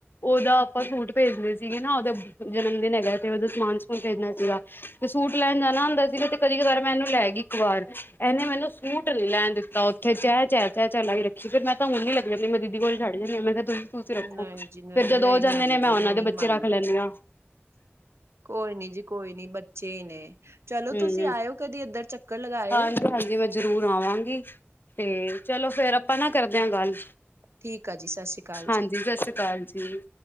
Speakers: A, on the left (about 55°); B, on the right (about 90°).
A: ਉਦਾ ਆਪਾਂ ਸੂਟ ਭੇਜਣੇ ਸੀਗੇ ਨਾ ਉਦਾ ਜਨਮ ਦਿਨ ਹੈਗਾ ਤੇ ਉਦਾ ਸਮਾਨ ਸੁਮਾਨ ਭੇਜਣਾ ਸੀਗਾ। ਤੇ ਸੂਟ ਲੈਣ ਜਾਣਾ ਹੁੰਦਾ ਸੀਗਾ ਤੇ ਕਦੀ ਕਦਾਰ ਮੈਂ ਇਨੂੰ ਲੈ ਗਈ ਇੱਕ ਵਾਰ ਇਨੇ ਮੈਨੂੰ ਸੂਟ ਨੀ ਲੈਣ ਦਿੱਤ ਤਾਂ ਉੱਥੇ ਚੈ-ਚੈ-ਚੈ-ਚੈ ਲਾਈ ਰੱਖੀ ਫੇਰ ਮੈਂ ਤਾਂ ਹੁਣ ਵੀ ਲੈ ਕੇ ਜਾਂਦੀ ਮੈਂ ਦੀਦੀ ਕੋਲ ਛੱਡ ਜਾਂਦੀ ਮੈਂ ਕਿਆ ਤੁਸੀ ਤੁਸੀਂ ਰੱਖੋ
B: ਨਹੀਂ ਜੀ ਨਹੀਂ
A: ਫਿਰ ਜਦੋਂ
B: ਨਹੀਂ
A: ਓ ਜਾਂਦੇ
B: ਮੰਨਦੇ
A: ਨੇ ਮੈਂ ਉਨਾਂ
B: ਨਹੀਂ
A: ਦੇ ਬੱਚੇ
B: ਮੰਨਦੇ
A: ਰੱਖ ਲੈਂਣੀ ਆਂ।
B: ਕੋਈ ਨੀ ਜੀ ਕੋਈ ਨੀ ਬੱਚੇ ਈ ਨੇ ਚਲੋ
A: ਹਮ
B: ਤੁਸੀਂ ਆਇਓ ਕਦੀ ਇੱਧਰ ਚੱਕਰ ਲਗਿਉ।
A: ਹਾਂਜੀ ਹਾਂਜੀ ਮੈਂ ਜਰੂਰ ਆਵਾਂਗੀ ਤੇ ਚਲੋ ਫਿਰ ਆਪਾਂ ਨਾ ਕਰਦੇ ਆਂ ਗੱਲ
B: ਠੀਕ ਆ ਜੀ ਸਤਿ ਸ੍ਰੀ ਅਕਾਲ
A: ਹਾਂਜੀ
B: ਜੀ
A: ਸਤਿ ਸ੍ਰੀ ਅਕਾਲ ਜੀ।